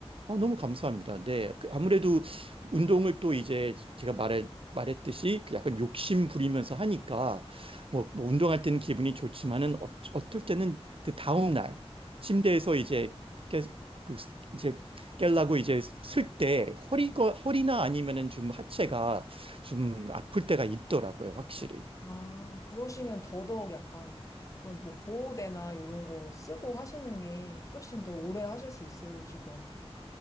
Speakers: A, on the right; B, on the left.
A: 어, 너무 감사합니다. 네. 그 아무래도 운동을 또 이제 제가 말해, 말했듯이 그 약간 욕심 부리면서 하니까 뭐, 뭐 운동할 때는 기분이 좋지만은 어, 어떨 때는 그 다음날 침대에서 이제 깨, 그, 스- 이제 깨려고 이제 쓸 때 허리가, 허리나 아니면은 좀 하체가 좀 아플 때가 있더라고요. 확실히.
B: 아, 그러시면 더더욱 약간 그런 뭐 보호대나 이런 거 쓰고 하시는 게 훨씬 더 오래 하실 수 있으실 것 같아요.